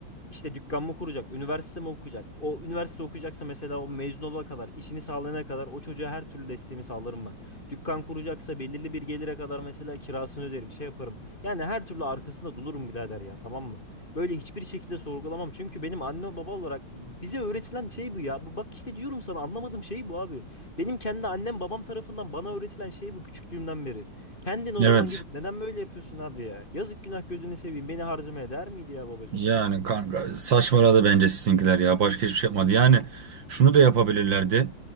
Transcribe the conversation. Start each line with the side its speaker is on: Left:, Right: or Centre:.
Left: işte dükkan mı kuracak, üniversite mi okuyacak? O üniversite okuyacaksa mesela o mezun olana kadar, işini sağlayana kadar o çocuğa her türlü desteğimi sağlarım ben. Dükkan kuracaksa belirli bir gelire kadar mesela kirasını öderim, şey yaparım. Yani her türlü arkasında dolurum birader ya tamam mı? Böyle hiçbir şekilde sorgulamam. Çünkü benim anne baba olarak bize öğretilen şey bu ya. B- Bak işte diyorum sana anlamadığım şey bu abi. Benim kendi annem babam tarafından bana öğretilen şey bu küçüklüğümden beri. Kendin o
Right: Evet.
Left: zaman gidip neden böyle yapıyorsun abi ya? Yazık günah gözünü seveyim beni harcamaya değer miydi ya babacığım?
Right: Yani kanka saçmaladı bence sizinkiler ya. Başka hiçbir şey yapmadı. Yani şunu da yapabilirlerdi.